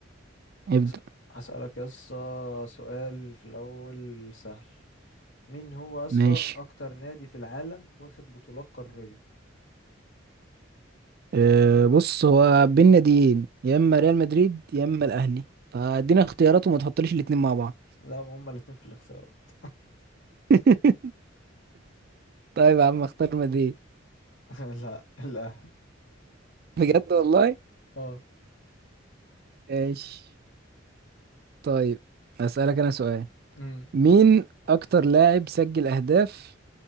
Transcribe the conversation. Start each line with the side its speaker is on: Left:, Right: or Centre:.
Right: ابدأ
Left: هس- هسألك يا اسطى سؤال في الاول سهل مين هو يا اسطى
Right: ماشي
Left: اكتر نادي في العالم واخد بطولات قارية
Right: أه بص هو بينا ناديين يا اما ريال مدريد يا اما الاهلي فادينا اختيارات وما تحطليش الاتنين مع بعض
Left: لا ما هما الاتنين في الاختيارات
Right: <laughs> طيب يا عم اختار مدريد
Left: <laughs> لا الاهلي
Right: بجد والله
Left: اه
Right: ماشي طيب اسألك انا سؤال
Left: امم
Right: مين اكتر لاعب سجل اهداف